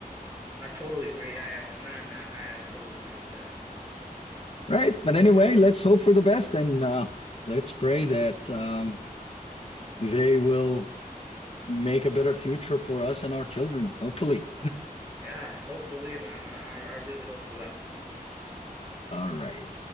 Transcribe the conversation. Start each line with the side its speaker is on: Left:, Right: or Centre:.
Right: I totally agree. Yeah. Yeah. On that, I, I totally agree with that.
Left: Right. But anyway, let's hope for the best and uh, let's pray that um, they will make a better future for us and our children, hopefully.
Right: Yeah. Hopefully, man. I I really hope for that.
Left: All right.